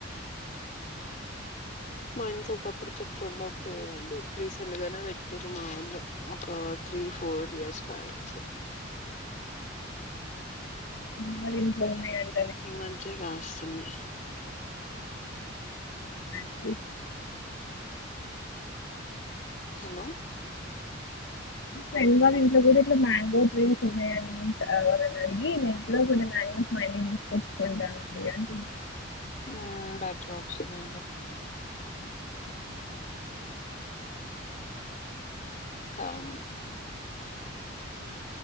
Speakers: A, on the left; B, on the left.
A: మా ఇంట్లో ఒకప్పుడు చెట్లు ఉండకపోయామండి రీసెంట్ గానే పెట్టారు మా ఊళ్లు ఒక త్రీ ఫోర్ ఇయర్స్ బ్యాక్
B: అ మరి ఇంట్లో వున్నాయండి
A: ఈ మధ్య కాస్తున్నాయ్
B: హ్మ్
A: హలో
B: ఫ్రెండ్ వాళ్ళ ఇంట్లో కూడా ఇట్లా మ్యాంగో ట్రీస్ ఉన్నాయని వాళ్ళని అడిగి నేను కూడా కొన్నీ మాంగోస్ మా ఇంటికి తీసుకొచ్చుకుంటాను అండి అంటు
A: ఆ బెటర్ ఆప్షన్ అండి కామ్